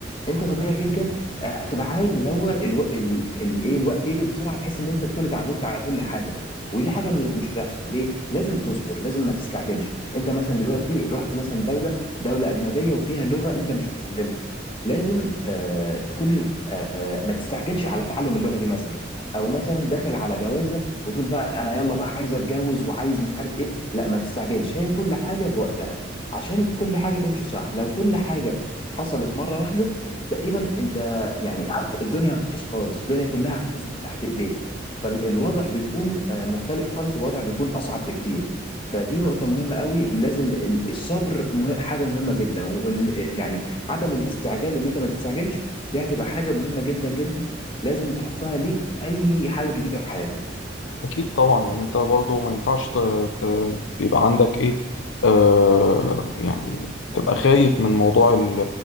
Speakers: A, on the left; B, on the left.
A: انت طبيعي جدا آه، هتبقى عايز اللي هو الو... ال... ال... ايه الوقت يجري بسرعه بحيث ان انت تكون اتعودت على كل حاجه ودي حاجه م... مش هتحصل ليه لازم تصبر لازم ما تستعجلش انت مثلا دلوقتي رحت مثلا دوله دوله اجنبيه وفيها لغه انت مش متعلمها لازم آه تكون آه آه، ما تستعجلش على تعلم اللغه دي مثلا او مثلا داخل على جوازه وتقول بقى انا يلا بقى عايز اتجوز وعايز مش عارف ايه لا ما تستعجلش هي كل حاجه بوقتها عشان كل حاجه تمشي صح لو كل حاجه حصلت مره واحده تقريبا انت يعني هت- الدنيا هتبوظ خالص الدنيا كلها هتبوظ من تحت ايديك فالوضع بيكون آه، مختلف خالص والوضع بيكون اصعب بكتير فدي نقطة مهمة قوي لازم ال- الصبر مه... حاجة مهمة جدا وان يعني عدم الاستعجال وان انت ما تستعجلش دي هتبقى حاجة مهمة جدا جدا لازم تحطها ليك في اي حاجة جديدة في حياتك
B: أكيد طبعا يعني أنت برضه ما ينفعش ت- ت- يبقى عندك إيه آه يعني تبقى خايف من موضوع ال-